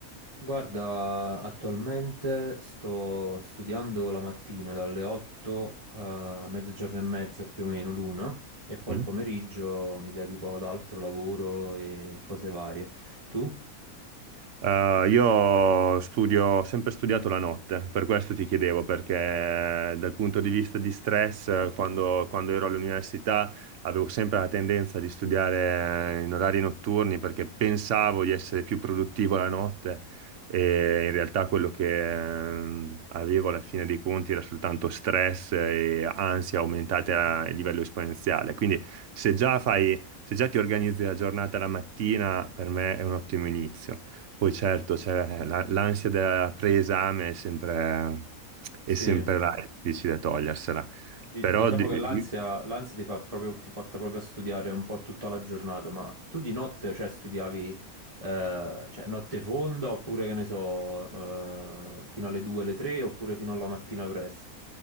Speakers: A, on the right; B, on the right.
A: Guarda, attualmente sto studiando la mattina dalle 8 a mezzogiorno e mezza più o meno l'una e poi
B: Mm?
A: il pomeriggio mi dedico ad altro lavoro e cose varie. Tu?
B: Eh, io studio, ho sempre studiato la notte, per questo ti chiedevo, perché dal punto di vista di stress, eh, quando, quando ero all'università avevo sempre la tendenza di studiare in orari notturni perché pensavo di essere più produttivo la notte e in realtà quello che ehm, avevo alla fine dei conti era soltanto stress e ansia aumentate a livello esponenziale. Quindi se già fai, se già ti organizzi la giornata la mattina, per me è un ottimo inizio. Poi certo, c'è la- l'ansia da preesame è sempre, è
A: Sì.
B: sempre là, è difficile togliersela,
A: Di-
B: però
A: Diciamo
B: di-
A: che l'ansia
B: di-
A: l'ansia ti fa proprio, ti porta proprio a studiare un po' tutta la giornata, ma tu di notte, cioè, studiavi, eh, cioè, notte fonda oppure, che ne so, eh, fino alle 2, alle 3 oppure fino alla mattina presto?